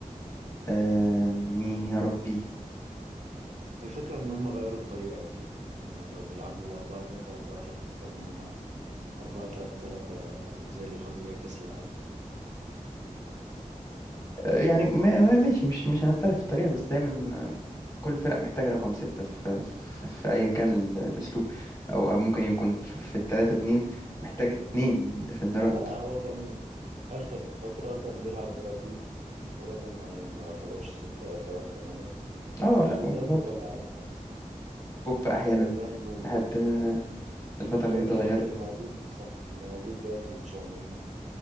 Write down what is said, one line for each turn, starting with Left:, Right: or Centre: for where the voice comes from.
Left: آه، مين يا ربي
Right: الفكرة ان هم غيروا الطريقة والله. يعني بقوا بيلعبوا 4 2 3 1 اكتر منها 4 3 3 زي اللي خدوا بيها كأس العالم
Left: آه، يعني ما- ما- ماشي مش مش هنختلف في الطريقة بس دايما آه، كل فرق محتاجة رقم ستة في في, في أيا كان ال- الأسلوب أو أو ممكن يكون في, في التلاتة اتنين محتاج اتنين ديفندرات
Right: لا هو كان اخر فترة كان بيلعب برابيو ورابيو ما ما يعتبرش ستة يعتبر ثمانية
Left: اه لا
Right: وجنبه
Left: وبرضه
Right: بقى
Left: بوجبا
Right: اه
Left: أحيانا
Right: وجنبه
Left: لحد آه، الفترة
Right: هو
Left: دي
Right: دلوقتي
Left: اتغيرت
Right: اللي موجود صح اللي موجود دلوقتي تشاومين